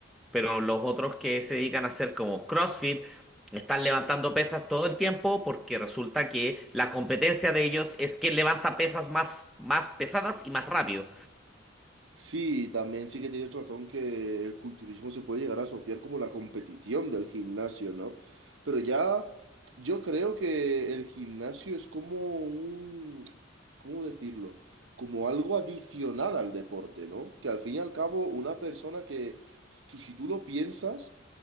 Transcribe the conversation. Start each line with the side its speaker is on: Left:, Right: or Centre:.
Centre: pero los otros que se dedican a hacer como CrossFit están levantando pesas todo el tiempo porque resulta que la competencia de ellos es que levanta pesas más, más pesadas y más rápido.
Right: Sí, también sí que tienes razón que el culturismo se puede llegar a asociar como la competición del gimnasio, ¿no? Pero ya yo creo que el gimnasio es como un, ¿cómo decirlo? Como algo adicional al deporte, ¿no? Que al fin y al cabo una persona que, tú- si tú lo piensas,